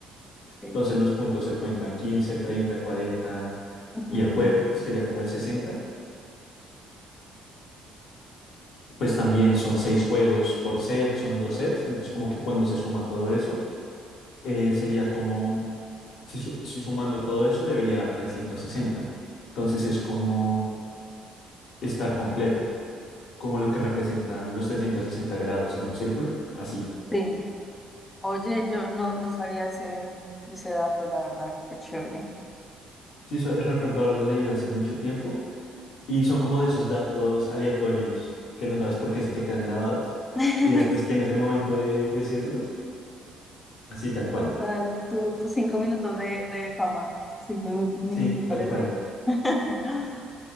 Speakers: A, on the left; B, on the left.
A: ok.
B: Entonces los puntos se cuentan 15, 30, 40
A: Ujú,
B: y el juego, que sería como el 60. pues también son seis juegos por set, son dos sets, entonces como que cuando se suma todo eso, eh, sería como, si, su- si sumando todo eso debería dar trescientos sesenta Entonces es como estar completo, como lo que representan los 360 grados en un círculo, así.
A: Sí. Oye, yo no, no sabía ese, ese dato, la verdad, qué chévere.
B: Sí, eso- recuerdo haberlo leído hace mucho tiempo y son como de esos datos aleatorios que no sabes por qué se te quedan grabados
A: <laughs>
B: y después
A: Sí.
B: tienes el momento de decirlos, así tal cual.
A: Total, tu- tus cinco minutos de, de fama, tus cinco minu- minutos
B: Sí,
A: para
B: tal cual.
A: decir. <laughs>